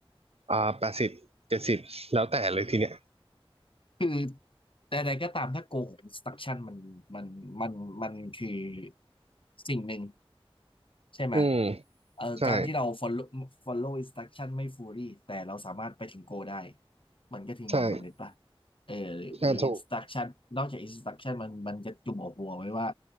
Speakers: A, on the right; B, on the left.
A: อ่าแปดสิบเจ็ดสิบแล้วแต่เลยทีเนี้ย
B: คือ แต่ใดก็ตามถ้าโกง s t r u c t i o n มันมันมันมันคือสิ่งหนึ่งใช่ไหม
A: อืม
B: เอ่อการที่เรา
A: ใช่
B: follow follow instruction ไม่ fully แต่เราสามารถไปถึงโกได้ มันก็ถืองานสำเร็จป่ะ
A: ใช่
B: เออหรือหรือ
A: อ่าถูก
B: instruction นอกจาก instruction มันมันจะจุ่มหัวไว้ว่า